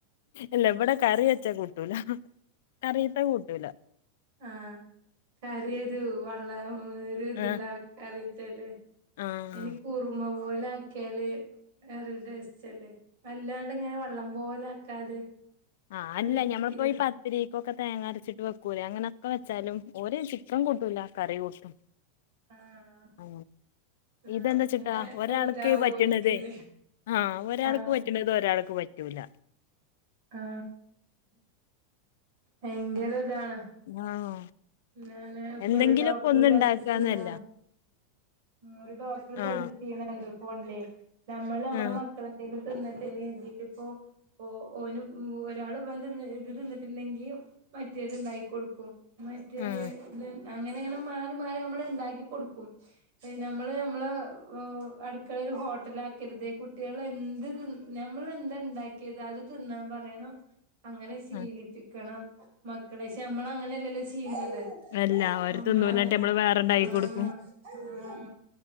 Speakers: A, on the left; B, on the right.
A: ഇല്ല ഇവിടെ കറി വെച്ചാ കൂട്ടൂല കറിത്തെ കൂട്ടൂല
B: ആ കറിയൊരു വെള്ളം ഒരു ഇത്ണ്ടാവില്ല
A: ആഹ്
B: കറിത്തേത്
A: ആഹ്
B: ഇനി കുറുമ പോലെ ആക്കിയാല് വേറൊരു ട്ടേസ്റ്റ് അല്ലേ വല്ലാണ്ട് ഇങ്ങനെ വെള്ളം പോലെ ആക്കാതെ
A: ആ അല്ല
B: ഒരിത്തിരി
A: ഞമ്മളപ്പോ ഈ പത്തരിക്കൊക്കെ തേങ്ങ അരച്ചിട്ട് വെക്ക കൂലെ അങ്ങനൊക്കെ വെച്ചാലും ഓര് ചിക്കൻ കൂട്ടൂല കറി കൂട്ടും
B: ആഹ്
A: ആ
B: ആഹ്
A: ഇതെന്താ
B: ഇങ്ങനെ
A: ചിട്ടാ ഒരാൾക്ക്
B: ഒരിതാവും
A: പറ്റണതെ
B: ഓൽക്ക്ല്ലേ
A: ആ ഒരാൾക്ക്
B: ആഹ്
A: പറ്റണത് ഒരാൾക്ക് പറ്റൂല
B: ആ ഭയങ്കര ഇതാണ്
A: ആഹ്
B: ഞാന് ഇപ്പൊ
A: എന്തെങ്കിലൊക്കെ
B: ഒരു ഡോക്ടർ
A: ഒന്ന്
B: സജസ്റ്റ്
A: ഇണ്ടാക്കാന്നല്ല
B: ചെയ്യണ ആ ഒരു ഡോക്ടർ സജസ്റ്റ്
A: ആഹ്
B: ചെയ്യണത് കണ്ടു ഫോണിലേ നമ്മള് നമ്മള
A: ആഹ്
B: മക്കൾതേലും തിന്നട്ടിനി എണിട്ടിപ്പോ ഓ ഓന് ഒരാൾ വ ത് ഇത് തിന്നിട്ടില്ലെങ്കി മറ്റേത് ഇണ്ടാക്കി കൊടുക്കും മറ്റേ
A: ആഹ്
B: അങ്ങനെങ്കനം മാറി മാറി നമ്മള് ഇണ്ടാക്കി കൊടുക്കും നമ്മള് നമ്മള് അടുക്കള ഒരു ഹോട്ടലാ ഉണ്ടാക്കരുത് കുട്ടികൾ എന്ത് തിന്ന ഞമ്മള് എന്ത് ഉണ്ടാക്കിയത് അത് തിന്നാൻ പറയണം അങ്ങനെ ശീലിപ്പിക്ണംമക്കളെെ
A: ആഹ്
B: പക്ഷേ നമ്മള അങ്ങനെയല്ല. ല്ലോ ചെയണത്
A: അല്ല ഓര്
B: നമ്മള്
A: തിന്നൂലാഞ്ഞിട്ട് നമ്മള് വേറെണ്ടാക്കി
B: ആ
A: കൊടുക്കും